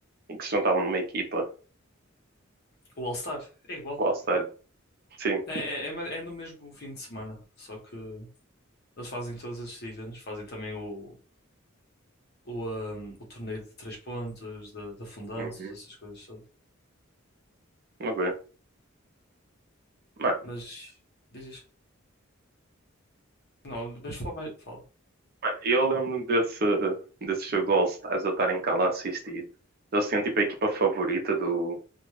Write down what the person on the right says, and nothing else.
em que se juntavam numa equipa
All-Star, sim.
Uhum.
Uma Mano,
mano, eu lembro-me desse, desse jogo do All-Stars, eu estar em casa a assistir. Eles tinham tipo a equipa favorita do,